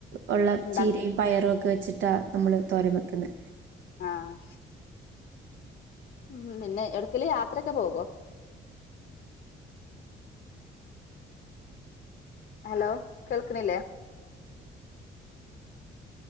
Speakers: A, on the right; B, on the left.
A: ഒള്ള
B: ഉണ്ടാക്കും
A: ചീരയും പയറും ഒക്കെ വെച്ചിട്ടാ. നമ്മള് തോരൻ വെക്കുന്നെ.
B: ആഹ് ഉം പിന്നെ എവിടെക്കേലും യാത്രയൊക്കെ പോകോ ഹലോ കേൾക്കണില്ലേ